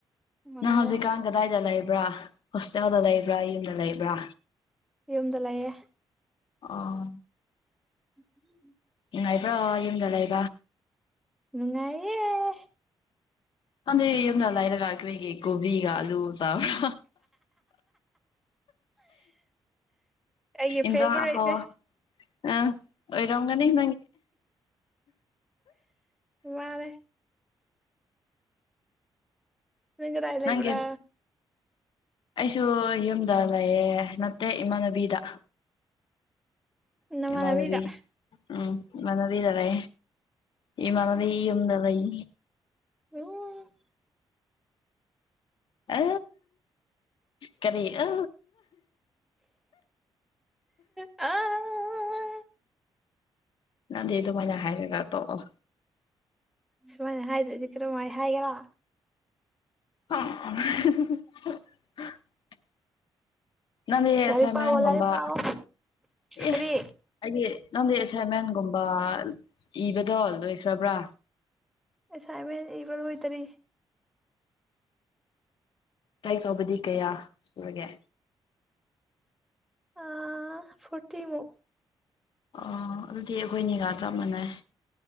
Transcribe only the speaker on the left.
ꯅꯪ ꯍꯧꯖꯤꯛꯀꯥꯟ ꯀꯗꯥꯏꯗ ꯂꯩꯕ ꯭ꯔ ꯍꯣꯁꯇꯦꯜꯗ ꯂꯩꯕ꯭ꯔꯥ ꯌꯨꯝꯗ ꯂꯩꯕ꯭ꯔꯥ
ꯑꯥ
ꯅꯨꯡꯉꯥꯏꯕ꯭ꯔꯥ ꯌꯨꯝꯗ ꯂꯩ
ꯑꯗꯦ ꯌꯗ ꯂꯥꯏꯔꯒꯥꯀꯔꯤꯒꯤ ꯀꯣꯕꯤꯤꯒ ꯑꯂꯨ ꯁꯥꯕ꯭ꯔꯥ
ꯏꯖ
ꯍꯥꯎ ꯑ ꯑꯣꯏꯔꯒꯅꯤꯪ
ꯅꯪꯒꯤ
ꯑꯩꯁꯨ ꯌꯨꯝꯗ ꯂꯩꯌꯦꯦ ꯅꯠꯇꯦ ꯏꯃꯥꯟꯅꯕꯤꯗ
ꯏꯃꯥꯟꯅꯕꯤ ꯎꯝ ꯏꯃꯥꯟꯕꯤ ꯇꯔꯦ ꯑꯩ ꯃꯅꯗꯨꯝꯗ ꯂꯩ
ꯑ ꯀꯔꯤ ꯑ
ꯅꯪꯗꯤ ꯑꯗꯨꯃꯥꯏꯅ ꯍꯥꯏꯔꯒ ꯇꯣꯛꯑꯣ
ꯑ ꯅꯪꯗꯤ
ꯑꯁꯃꯟꯒꯝꯕ
ꯑꯦ
ꯑꯩꯒꯤ ꯅꯪꯗꯤ ꯑꯦꯁꯥꯏꯟꯃꯦꯟꯒꯨꯝꯕ ꯏꯕꯗꯣ ꯂꯣꯏꯈ꯭ꯔꯕ꯭ꯔꯥ
ꯆꯍꯤ ꯐꯥꯎꯕꯗꯤ ꯀꯌꯥ ꯁꯨꯔꯒꯦ
ꯑꯣ ꯑꯗꯨꯗꯤ ꯑꯩꯈꯣꯏ ꯅꯤꯒꯥꯥ ꯆꯞ ꯃꯥꯅꯥꯔꯦ